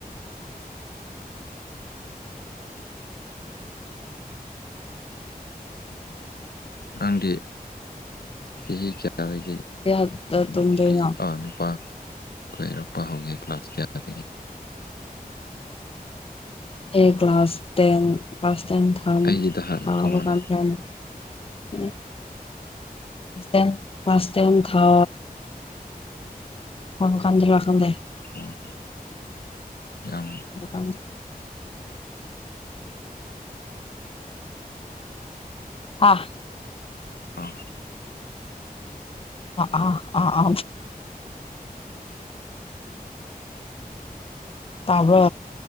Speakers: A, on the left; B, on the left.
A: ꯔꯪꯗꯤ ꯁꯤ ꯀꯌꯥ ꯑꯗꯒꯤ
B: ꯀꯌꯥꯗ ꯇꯨꯝꯗꯣꯏꯅꯣ
A: ꯅꯨꯄꯤ ꯅꯨꯄꯥ ꯀꯣꯏꯔꯛꯄ ꯍꯧꯒꯦ ꯀ꯭ꯂꯥꯁ ꯀꯌꯥꯗꯒꯤ
B: ꯑꯩ ꯀ꯭ꯂꯥꯁ ꯇꯦꯟ ꯀ꯭ꯂꯥꯁ ꯇꯦꯟ
A: ꯑꯩꯒꯤꯗ ꯍꯥꯟꯅ
B: ꯊꯥꯕ
A: ꯈꯨꯝꯃꯨꯅꯦ
B: ꯀꯥꯟꯗꯅ ꯎꯝ ꯁ ꯊ ꯊ ꯐ ꯀꯥꯟꯗ ꯋꯥ ꯀꯗꯦ
A: ꯑꯣ ꯌꯥꯝ
B: ꯑ ꯑ
A: ꯑꯥ
B: ꯑꯥ ꯑꯥ ꯑ ꯇꯥꯕ